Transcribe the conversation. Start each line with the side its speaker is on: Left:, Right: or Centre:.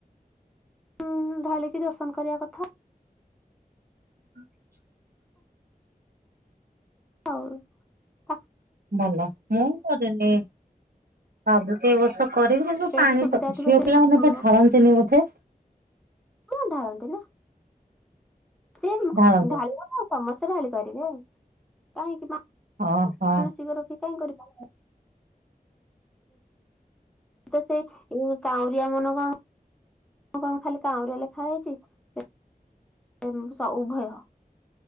Centre: <inaudible> ଢାଳିକି ଦର୍ଶନ କରିବା କଥା।
Right: <inaudible>
Centre: ହଉ ଆ
Right: ଭଲ, ମୁ କରେନି ଆଉ ଯିଏ କରିବି କିନ୍ତୁ
Centre: ସେଇଠି
Right: ପାଣି,
Centre: ସୁବିଧା ଥିବ
Right: ଝିଅ
Centre: ସେଇ
Right: ପିଲା ମାନେ
Centre: ଅଁ,
Right: ଢାଳନ୍ତିନି ବୋଧେ।
Centre: କଣ ଢାଳନ୍ତି ନା ସେ
Right: ଢାଳନ୍ତି
Centre: ଢାଳିବନା। ସମସ୍ତେ ଢାଳି ପାରିବେ କାହିଁକି ନା
Right: ଓହୋ
Centre: ସିଙ୍ଗ ରାଶି କାଇଁ କରିପାରିବନି? ତ ସେ କାଉଁରିଆ ମାନଙ୍କୁ କଁ ସେଠି କଣ ଖାଲି କାଉଁରିଆ ଲେଖା ହେଇଛି ସବୁ ଉଭୟ।